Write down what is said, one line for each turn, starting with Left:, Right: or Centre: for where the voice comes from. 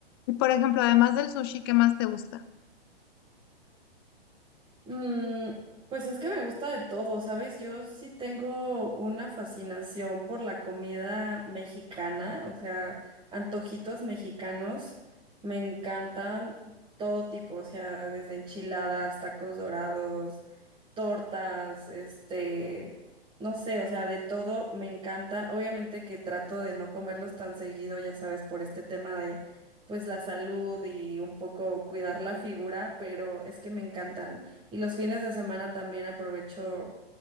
Left: Y por ejemplo, además del sushi, ¿qué más te gusta?
Right: Mm, pues es que me gusta de todo, ¿sabes? Yo sí tengo una fascinación por la comida mexicana, o sea, antojitos mexicanos me encantan todo tipo, o sea, desde enchiladas, tacos dorados, tortas, este, no sé, o sea, de todo me encanta. Obviamente que trato de no comerlos tan seguido, ya sabes, por este tema de pues la salud y un poco cuidar la figura, pero es que me encantan. Y los fines de semana también aprovecho